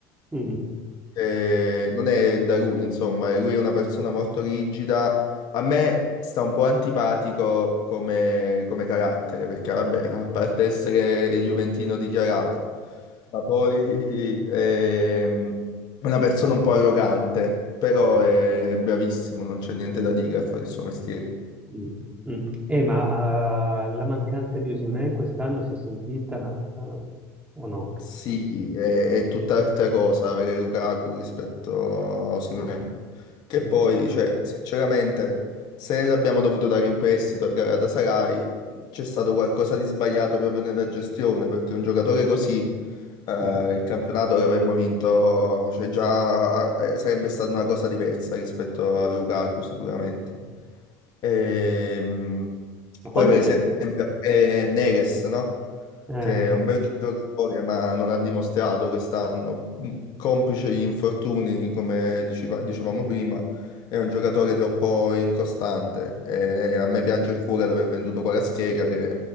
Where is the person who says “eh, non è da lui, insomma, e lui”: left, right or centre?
Left